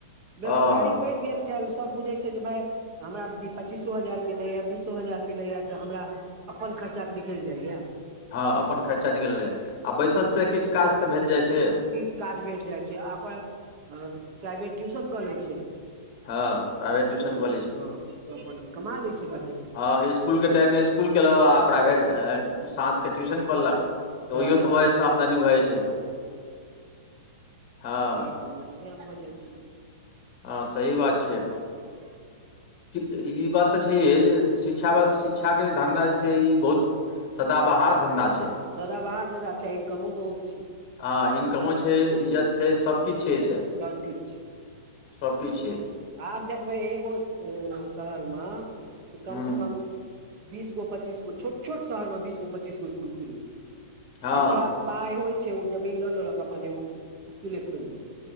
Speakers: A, on the right (about 40°); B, on the left (about 30°).
A: बेरोजगारी
B: हँ हँ
A: बढ़ि गेल चल सब बुझै छै जे भाय हमरा पच्चीसो हजार मिलैया, बीसो हजार मिलैया, तऽ हमरा अपन खर्चा तऽ निकलि जाइया।
B: हँ अपन खर्चा निकलैए। आ बैसलसे किछ काज तऽ भेट जाइ छै।
A: किछ काज भेट जाइ छै। आ ओकर हं, प्राइवेट ट्यूशन कऽ लै छै।
B: हँ प्राइवेट ट्यूशन
A: उं-हुं,
B: कॉलेज
A: अपन कमा लै छै बढ़िआं।
B: हँ इसकुलके टाइममे इसकुल केलउं, आ प्राइभेर अ-साँझके ट्यूशन <unintelligible> तऽ
A: हँ
B: ओहियो सेऽ भऽ जाय छै, आमदनी भ जाइ छै। हँ
A: बढ़िआं भऽ जाइ छै।
B: हँ, सही बात छियै।
A: <inaudible>
B: ई बात तऽ छैहे जे शिक्षा ब-शिक्षाके जे धन्धा जे छै, ई बहुत सदाबहार धन्धा छै।
A: सदाबहार घंघा छै, आ इनकमो बहुत छै।
B: हँ, इनकमो छै, इज्जत छै, सबकिछ छै एहिसे।
A: सबकिछ
B: सबकिछ छै।
A: आब देखबै एगो अं-शहर म, कम
B: हुँ
A: से कम बीसगो पच्चीस गो, छोट -छोट शहरमे बीसगो पच्चीस गो इसकुल खुलि गेलै।
B: हँ
A: जकरा पाय होइ छै, उ जमीन लऽ लेलक। अपन एगो इसकुले खोलि लेलक।